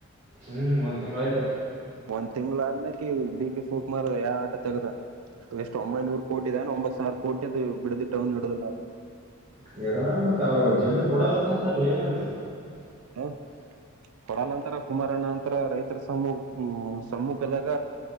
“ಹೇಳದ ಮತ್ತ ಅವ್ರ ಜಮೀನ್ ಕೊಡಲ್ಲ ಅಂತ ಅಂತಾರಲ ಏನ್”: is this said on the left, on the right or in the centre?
Right